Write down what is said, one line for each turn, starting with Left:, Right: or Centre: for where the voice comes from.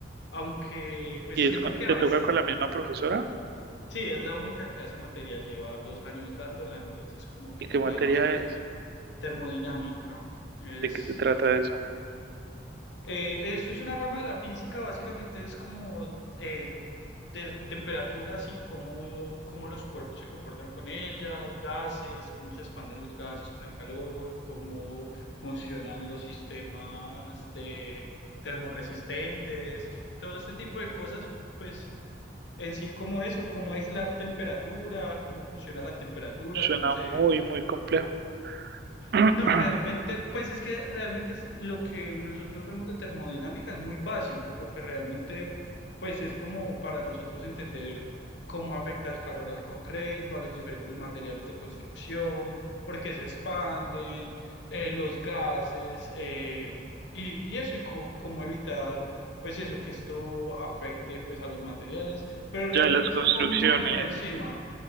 Left: aunque pues
Right: ¿Y
Left: siento
Right: es con-
Left: que
Right: te
Left: a veces
Right: toca con la misma profesora?
Left: Sí, es la única que da esa materia lleva dos años dándola, entonces como que
Right: ¿Y qué
Left: no
Right: materia
Left: hay más opción.
Right: es?
Left: Termodinámica. Es,
Right: ¿De qué se trata eso?
Left: eh, eso es una rama de la física, básicamente es como eh, de temperaturas y cómo, cómo los cuerpos se comportan con ellas, gases, cómo se expanden los gases con el calor, cómo funcionan los sistemas de termorresistentes, todo este tipo de cosas, pues en sí como eso, cómo aislar temperatura, cómo funciona la temperatura,
Right: Suena
Left: cómo se
Right: muy, muy complejo. <clears throat>
Left: no, realmente, pues es que realmente es lo que nosotros vemos de termodinámica es muy básico, porque realmente, pues es como para nosotros entender cómo afecta el calor al concreto, a los diferentes materiales de construcción, por qué se expanden, eh, los gases, eh, y, y eso, y co- cómo evitar, pues eso, que esto afecte, pues a los materiales, pero realmente
Right: Ya las construcciones.
Left: es algo muy por encima.